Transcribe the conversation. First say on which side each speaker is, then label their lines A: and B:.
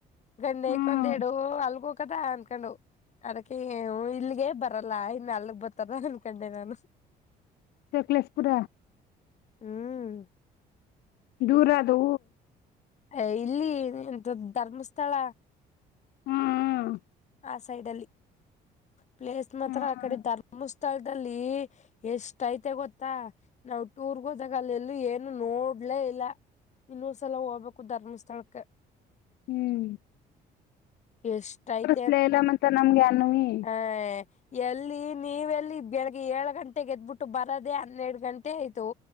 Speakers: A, on the left; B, on the left.
A: ಗಂಡಕ್
B: ಹ್ಮ್
A: ಒಂದೆಡು ಅಲ್ಗ ಹೋಗದ ಅನ್ನುಕೊಂಡುವು. ಅದಕ್ಕೆ ಹ್ಮ್ ಇಲ್ಲಿಗೆ ಬರಲ್ಲ ಇನ್ನು ಅಲ್ಗ್ ಬರತರ ಅನ್ಕೊಂಡೆ ನಾನು.
B: ಸಕ್ಲೇಶ ಪುರ.
A: ಹ್ಮ್...
B: ದೂರ ಅದು.
A: ಎ ಇಲ್ಲಿ ಧ <unintelligible> ಧರ್ಮಸ್ಥಳ.
B: ಹು ಹು
A: ಆ ಸೈಡ್ ಅಲ್ಲಿ ಪ್ಲೇಸ್ ಮಾತ್ರ
B: ಹ್ಮ್
A: ಆ ಕಡೆ ಧರ್ಮಸ್ ಸ್ಥಳದಲ್ಲಿ ಎಷ್ಟ ಐತೆ ಗೊತ್ತಾ. ನಾವ್ ಟೂರ್ಗ ಹೋದಾಗ ಅಲ್ಲ ಎಲ್ಲೂ ಏನು ನೋಡ್ಲೇ ಇಲ್ಲ. ಇನ್ನೊಂದ್ಸಲ ಹೋಗ್ಬೇಕು ಧರ್ಮಸ್ಥಳಕ್ಕೆ.
B: ಹ್ಮ್
A: ಎಷ್ಟ ಐತ್
B: <unintelligible> ಮತ್ತೆ ನಮ್ಗೆ ಅನ್ವಿ.
A: ಎ <unintelligible> ಎಲ್ಲಿ ನೀವೆಲ್ಲಿ ಬೆಳಿಗ್ಗೆ ಏಳ ಗಂಟೆಗೆ ಗೆದ್ಬಿಟ್ಟು ಬರೋದೆೇ ಹನ್ನೆರಡು ಗಂಟೆ ಆಯ್ತು.